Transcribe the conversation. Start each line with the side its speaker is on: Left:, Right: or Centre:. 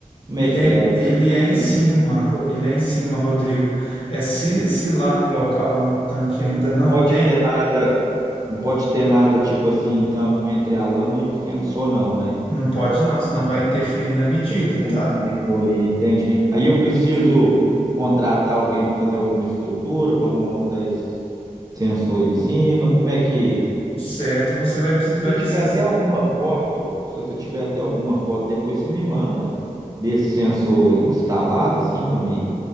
Right: como
Left: Ele
Right: é que
Left: é,
Right: é? Aí precisa
Left: ele
Right: de alguma
Left: é em cima,
Right: estrutura,
Left: ele é em cima, Rodrigo. É se, se lá no local, lá no tanque
Right: não,
Left: ainda não
Right: não pode
Left: tem,
Right: ter nada, não pode ter nada tipo assim, então, entre a lama e o sensor não, né?
Left: não pode não, senão
Right: Tá.
Left: vai interferir na medida,
Right: Pelo que você
Left: tá?
Right: me explicou ali, entende? Aí eu preciso contratar alguém para fazer alguma estrutura, para montar esse sensor em cima, como é que
Left: Certo, você vai, pre-
Right: Se
Left: vai
Right: você tiver
Left: precisar,
Right: até alguma foto, se você tiver até alguma foto, depois você me manda desse sensor instalado, assim, para mim,